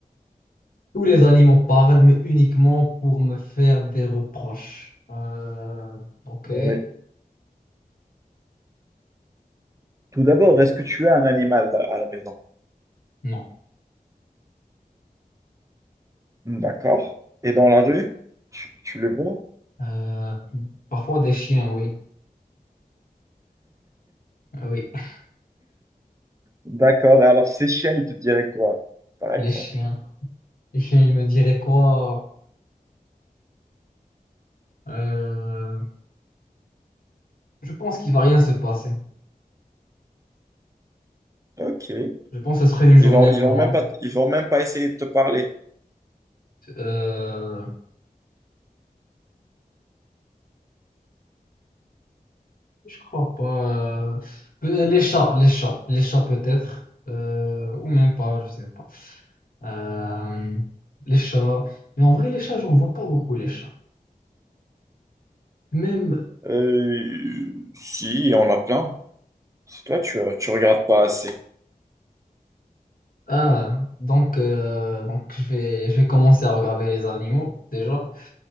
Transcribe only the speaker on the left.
Tous les animaux parlent, mais uniquement pour me faire des reproches. Euh, Ok,
non.
Euh, Parfois des chiens, oui. Ah Oui, <laughs>
les chiens. Les chiens, ils me diraient quoi? Euh, Je pense qu'il va rien se passer.
Je pense que ce serait une journée
normale.
Euh, je crois pas. euh, peut- Les chats, les chats, les chats peut-être. euh, ou même pas, je sais pas. Euh, les chats. Mais en vrai, les chats, j'en vois pas beaucoup, les chats. Même.
Ah, donc, euh, donc je vais, je vais commencer à regarder les animaux, déjà.